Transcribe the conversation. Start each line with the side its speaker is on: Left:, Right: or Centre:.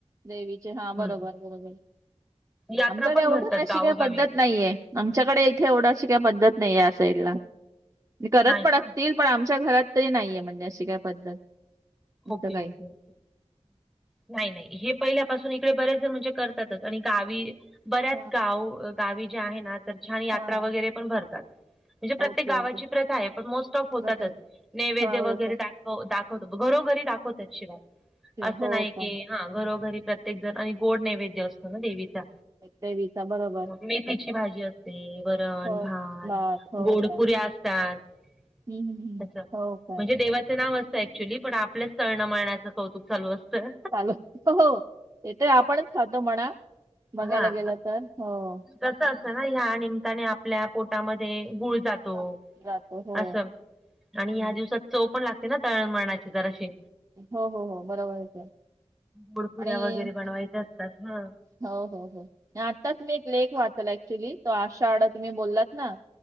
Right: देवीचे हा
Centre: हम्म
Right: बरोबर बरोबर.
Centre: यात्रा
Right: आमच्याकडे
Centre: पण
Right: एवढं
Centre: भरतात
Right: अशी
Centre: गावोगावी
Right: काही पद्धत नाहीये. आमच्याकडे इथे एवढा अशी काही पद्धत नाही आहे, या साईड ला मी करत
Centre: नाही
Right: पण
Centre: का?
Right: असतील. पण आमच्या घरात तरी नाहीये म्हणजे अशी काय पद्धत. असं
Centre: ओके
Right: काही.
Centre: ओके. नाही नाही हे पहिल्यापासून इकडे बरेच जण म्हणजे करतातच आणि गावी बऱ्याच
Right: हा
Centre: गाव गावी ज्या आहे ना, तर छान यात्रा
Right: हा.
Centre: वगैरे पण भरतात. म्हणजे प्रत्येक
Right: ओके
Centre: गावाची
Right: ओके.
Centre: प्रथा आहे पण मोस्ट ऑफ होतातच
Right: व्रतं
Centre: नैवेद्य
Right: हा हो
Centre: वगैरे
Right: का?
Centre: हो दाखवतो घरोघरी दाखवतात शिवाय
Right: ते-
Centre: असं
Right: हो
Centre: नाही
Right: का?
Centre: की हा घरोघरी प्रत्येक जण आणि गोड नैवेद्य असतो ना देवीचा.
Right: देवीचा बरोबर.
Centre: मग मेथीची भाजी असते वरण
Right: हो.
Centre: भात
Right: हो
Centre: गोडपुऱ्या
Right: का?
Centre: असता तात
Right: हम्म, हं. हं.
Centre: अस
Right: हो काय?
Centre: म्हणजे देवाचं नाव अस कसाय अॅक्च्युली पण आपलेच तळणंमळण्याचं कौतुक चालू असतं.
Right: चालू हो तेथे आपणच खातो म्हणा. बघायला
Centre: हा
Right: गेलं तर हो.
Centre: कसं असतना ह्या निमित्ताने आपल्या पोटामध्ये गुळ जात तो
Right: हां, जातो. हो.
Centre: असं आणि
Right: हं.
Centre: या दिवसात चव पण लागते. ना तळण मळणाची जराशी.
Right: हो हो हो बरोबर ये की.
Centre: गोडपुऱ्या
Right: आणि
Centre: वगैरे बनवायच्या असतात हा
Right: हो हो हो आत्ताच मी एक लेख वाच चला ऍक्च्युली तो आषाढ तुम्ही बोलात ना.